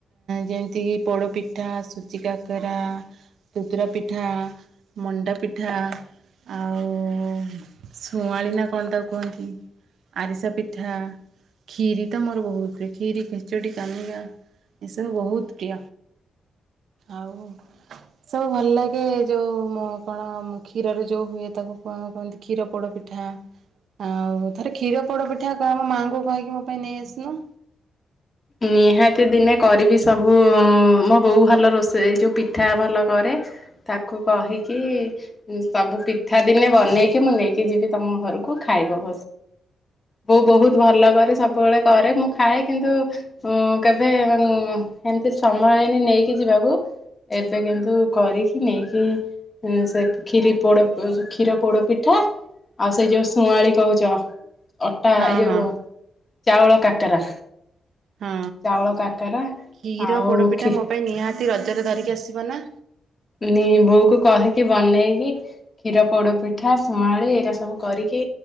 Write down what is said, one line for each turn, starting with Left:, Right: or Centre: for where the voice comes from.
Right: ଯେମିତି କିି ପୋଡ ପିଠା ସୁଜି କାକେରା ସୁଜିର ପିଠା। ମଣ୍ଡା ପିଠା ଆଉ ଶୁଆଁଳି କଣ ତାକୁ କୁହନ୍ତି। ଆରିସା ପିଠା ଖକ୍ଷୀରି ତ ଆମର ବୋହୁତ୍ ହୁଏ କ୍ଷୀରି ଖେଚେଡ଼ି କାନିକା ଏସବୁ ବୋହୁତ୍ ପ୍ରିୟ ଆଉ ସବୁ ଭଲ ଲାଗେ। ଯୋଉ ମ କଣ କ୍ଷୀରରୁ ଯୋଉ ହୁଏ ତାକୁ କଣ କହନ୍ତି କ୍ଷୀର ପୋଡ ପିଠା। ଆଉ ଥରେ କ୍ଷୀର ପୋଡ ପିଠା କହିବ ମାଆଙ୍କୁ କହିକି ମୋ ପାଇଁ ନେଇ ଆସିଲ।
Left: ନିହାତି ଦିନେ କରିବି ସବୁ ମୋ ବୋଉ ଭଲ ରୋଷେଇ ଏ ଯୋଉ ପିଠା ଭଲ କରେ। ତାକୁ କହିକି ସବୁ ପିଠା ଦିନେ ବନେଇକି ମୁଁ ନେଇକି ଯିବି ତମ ଘରକୁ ଖାଇବ। ମୁଁ ବହୁତ ଭଲ କରେ ସବୁବେଳେ କରେ ମୁଁ ଖାଏ କିନ୍ତୁ ଉଁ କେବେ ଏମିତି ସମୟ ହେଇନି ନେଇକି ଯିବାକୁ। ଏବେ କିନ୍ତୁ କରି କି ନେଇକି ସେ କ୍ଷିରୀ ପୋଡ଼ କ୍ଷୀର ପୋଡ ପିଠା। ଆଉ ସେଇ ଯୋଉ ଶଆଁଳି କହୁଛ ଅଟା
Right: ହଁ
Left: ଏ ଯୋଉ
Right: ହଁ
Left: ଚାଉଳ କାକରା।
Right: ହଁ
Left: ଚାଉଳ କାକରା
Right: କ୍ଷୀର
Left: ଆଉ
Right: ପୋଡ଼ପିଠା
Left: ଖି
Right: ମୋ ପାଇଁ ନିହାତି ରଜରେ ଧରିକି ଆସିବ ନା।
Left: ନି ବୋଉକୁ କହିକି ବନେଇକି କ୍ଷୀର ପୋଡ଼ ପିଠା ଶୁଆଁଳି ଏଇରା ସବୁ କରିକି